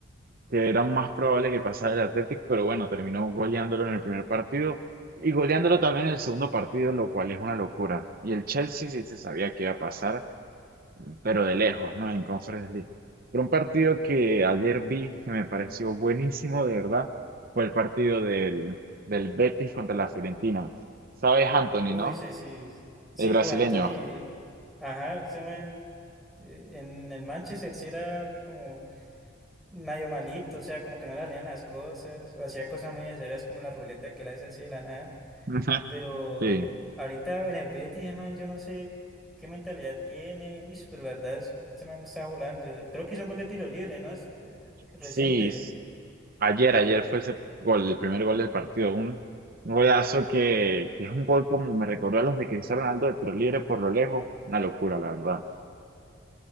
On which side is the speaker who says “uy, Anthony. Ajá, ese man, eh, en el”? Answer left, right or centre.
Centre